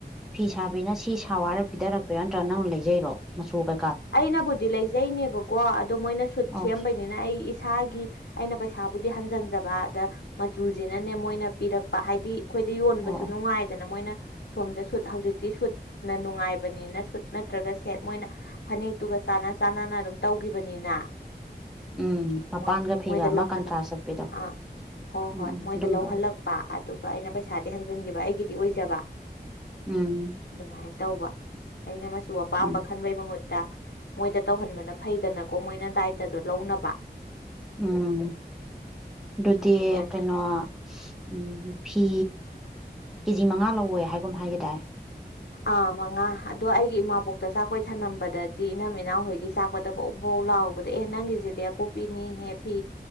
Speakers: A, in the centre; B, on the left (about 85°).
A: ꯐꯤꯁ ꯁꯥꯕꯤꯅ ꯁꯤ ꯁꯥꯥꯎ ꯍꯥꯏꯔ ꯄꯤꯗꯔꯛꯄꯤꯔ ꯅꯠꯇ꯭ꯔ ꯅꯪ ꯂꯩꯩꯖꯩꯔꯣ ꯃꯆꯨꯒ
B: ꯑꯩꯅꯕꯨꯗꯤ ꯂꯩꯖꯩꯅꯦꯕꯀꯣ ꯑꯗꯣ ꯃꯣꯏꯅ ꯁꯨꯠ
A: ꯑꯧ
B: ꯁꯦꯝꯕꯩꯅꯤꯅ ꯑꯩ ꯏꯁꯥꯒꯤ ꯑꯩꯅ ꯄꯩꯁꯥꯕꯨꯗꯤ ꯍꯟꯖꯟꯖꯕ ꯑꯗ ꯃꯆꯨꯁꯤꯅꯅꯦ ꯃꯣꯏꯅ ꯄꯤꯔꯛꯄ ꯍꯥꯏꯗꯤ ꯑꯩꯈꯣꯏꯗ ꯌꯣꯟꯕꯁꯨ
A: ꯑꯣ ꯑꯣ
B: ꯅꯨꯡꯉꯥꯏꯗꯅ ꯃꯣꯏꯅ ꯁꯣꯝꯗ ꯁꯨꯠ ꯍꯧꯖꯤꯛꯇꯤ ꯁꯨꯠꯅ ꯅꯨꯡꯉꯥꯏꯕꯅꯤꯅ ꯁꯨꯠ ꯅꯠꯇ꯭ꯔꯒ ꯁꯦꯠ ꯃꯣꯏꯅ ꯐꯅꯦꯛꯇꯨꯒ ꯆꯥꯟꯅ ꯆꯥꯟꯅꯅ ꯑꯗꯨꯝ ꯇꯧꯈꯤꯕꯅꯤꯅ
A: ꯎꯝ ꯃꯄꯥꯟꯒ
B: ꯃꯣꯏ
A: ꯐꯤꯒ
B: ꯃꯣꯏꯗ
A: ꯑꯃ
B: ꯂꯧꯍꯜꯂꯛꯄ
A: ꯀꯟꯇ꯭ꯔꯥꯁ ꯆꯠꯄꯤꯗꯣ
B: ꯑꯥ ꯍꯣꯏ
A: ꯎꯝ
B: ꯍꯣꯏ
A: ꯎꯝ
B: ꯃꯣꯏꯗ
A: ꯑꯗꯨꯝꯕ
B: ꯂꯧꯍꯜꯂꯛꯄ ꯑꯗꯨꯒ ꯑꯩꯅ ꯄꯩꯁꯥꯗꯤ ꯍꯟꯖꯤꯟꯈꯤꯕ ꯑꯩꯒꯤꯗꯤ ꯑꯣꯏꯖꯕ
A: ꯎꯝ
B: ꯑꯗꯨꯃꯥꯏꯅ ꯇꯧꯕ ꯑꯩꯅ ꯃꯆꯨ ꯑꯄꯥꯝꯕ
A: ꯎꯝ
B: ꯈꯟꯕꯩ ꯃꯍꯨꯠ ꯇꯥ ꯃꯣꯏꯗ ꯇꯧꯍꯟꯕꯅ ꯐꯩꯗꯅꯀꯣ ꯃꯣꯏꯅ ꯗꯥꯏꯇꯗꯣ ꯂꯧꯅꯕ
A: ꯎꯝ ꯑꯗꯨꯗꯤ
B: ꯑꯗꯨꯃꯥꯏꯅ
A: ꯀꯩꯅꯣ ꯎꯝ ꯐꯤ ꯀꯦꯖꯤ ꯃꯉꯥ ꯂꯧꯋꯦ ꯍꯥꯏꯒꯨꯝ ꯍꯥꯏꯒꯤ ꯗꯥꯏ
B: ꯑꯥ ꯃꯉꯥ ꯑꯗꯣ ꯑꯩꯒꯤ ꯏꯃꯥꯕꯣꯛꯇ ꯆꯥꯛꯀꯣꯏ ꯊꯅꯝꯕꯗꯗꯤ ꯏꯅꯝ ꯏꯅꯥꯎ ꯍꯣꯏꯒꯤ ꯆꯥꯛꯄꯗꯕꯧ ꯕꯧꯂꯥꯎꯕꯗ ꯑꯦ ꯅꯪꯒꯤꯁꯤꯗꯤ ꯑꯀꯨꯞꯄꯤꯅꯤ ꯍꯦ ꯐꯤ